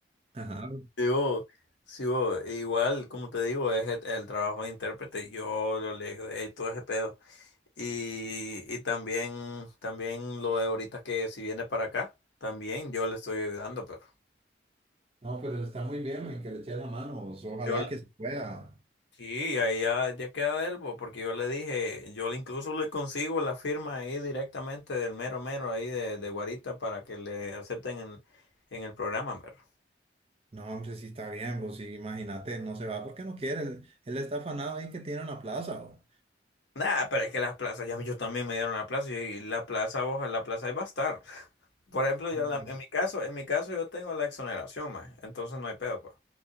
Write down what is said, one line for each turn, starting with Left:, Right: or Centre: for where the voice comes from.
Right: Ajá.
Left: Sí Digo, sigo, igual, como te digo, es el, el trabajo de intérprete. Yo lo le digo, "Ey, todo ese pedo. Y, y también, también lo de ahorita que si viene para acá, también yo le estoy ayudando, pero
Right: No, pero está muy bien, men, que le eche la mano, vos, ojalá
Left: yo le-
Right: que se pueda.
Left: sí, ahí ya, ya queda de él, bo, porque yo le dije, yo le- incluso le consigo la firma ahí directamente del mero mero ahí de, de Guarita para que le acepten en, en el programa, pero.
Right: No, hombre, sí está bien, vos, sí, imagínate, no se va porque no quiere, él, él está afanado ahí que tiene una plaza, vos.
Left: Nah, pero es que las plazas, ya yo también me dieron la plaza y la plaza, ojalá, la plaza ahí va a estar. Por ejemplo, yo en, la-
Right: Pues,
Left: en mi caso, en mi caso yo tengo la exoneración, más, entonces no hay pedo, pues.